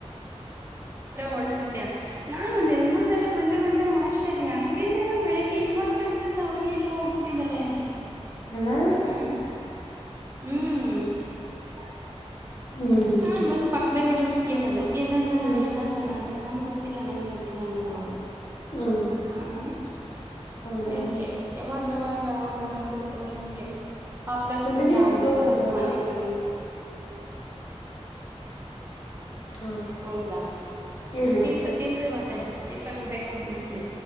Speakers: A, on the right; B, on the left.
A: ಓಡಾಡ್ತ ನಾನನ್ ಒಂದ್ ಎರಡು ಮೂರ್ ಸಲ ಬಂದು ಬಂದೆ ಆಶ್ಚರ್ಯ ಇದೇನಲ್ಲ ಬೆಳಗ್ಗೆ ಯುವ ಕಾಣ <inaudible> ಅವಾಗ ಎಲ್ಲ ಹೋಗ್ಬಿಟ್ಟಿದ್ದಾಳೆ ಅಂತ <inaudible>
B: ಹಲೋ <inaudible>
A: ಆ ಹ್ಮ್ <inaudible>
B: ಹ್ಮ್
A: ಹಾ ಬಂದ್ ಪಕ್ಕದಲ್ಲಿ ಇರೋರ ಕೇಳೋದು ಎಲ್ಲದ್ಲಾ
B: ಹ್ಮ್
A: ಎಲ್ಲದ್ಲಲ್ಲಾ ಅಂತ ನಮ್ ಗೊತ್ತ <inaudible> ಗೊತ್ತಿಲ್ಲ ನಮ್ಗೆ ಗೊತ್ತಿಲ್ಲ ಅನ್ನೋದು ಅವರು
B: ಹ್ಮ್
A: ಹ <inaudible>
B: ಹೌದಾ
A: ಅಯಕೆ ಯಾವಾಗ ಯಾವಾಗ ಬಂದ್ಬಿಡದು ನಿಂಗೆ <inaudible> ಆಕಸ್ಮಿಕ
B: ನಂದನೇ
A: ಅನ್ನೋ
B: ಕ್ಲೋಸ್ ದ
A: ರ
B: ಡೋರ್
A: ಮನೆ ಕಡೆಯಿಂದ <inaudible>
B: ಹಾ
A: ಹೌದಾ <inaudible>
B: ಹೇಳಿ
A: ತಿನ್ರಿ ತಿನ್ರಿ ಮತ್ತೆ ಟಿಫನ್ ಬೇಗಮ ಗುಸ್ರಿ